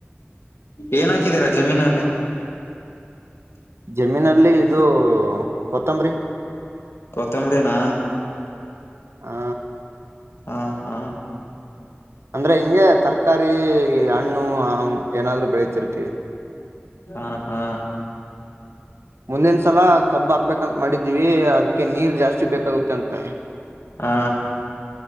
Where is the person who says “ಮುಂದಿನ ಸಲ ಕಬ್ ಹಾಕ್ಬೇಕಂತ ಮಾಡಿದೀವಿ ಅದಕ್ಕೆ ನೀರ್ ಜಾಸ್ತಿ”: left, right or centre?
Right